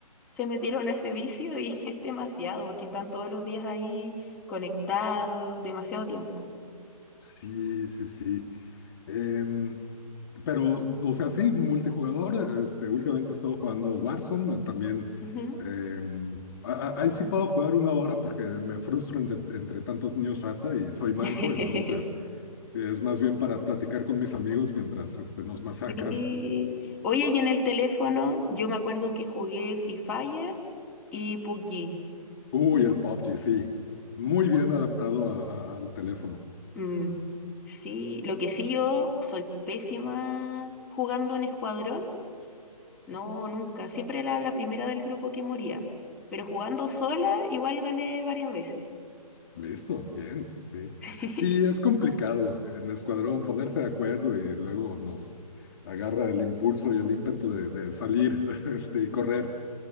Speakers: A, in the centre; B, on the left.
A: se metieron a ese vicio y <laughs> es demasiado, porque están todos los días ahí conectados, demasiado tiempo.
B: Sí, sí, sí. Em, pero, o sea, sí, multijugador. Este, últimamente he estado jugando Warzone. eh, También
A: Ujú.
B: em, a- a- ahí sí puedo jugar una hora porque me frustro entre, entre tantos niños rata y soy manco.
A: <laughs>
B: Entonces, eh, es más bien para platicar con mis amigos mientras este, nos masacran.
A: Sí. Oye, y en el teléfono, yo me acuerdo que jugué Free Fire y PUBG.
B: Uy, el PUBG, sí. Muy bien adaptado a- a- al teléfono.
A: Mm, Sí, lo que sí yo soy pésima jugando en escuadrón. No, nunca. Siempre era la primera del grupo que moría. Pero jugando sola, igual gané varias veces.
B: Listo, bien, sí.
A: <laughs>
B: Sí, es complicado en escuadrón ponerse de acuerdo y luego nos agarra el impulso y el ímpetu de, de salir, <laughs> este, y correr.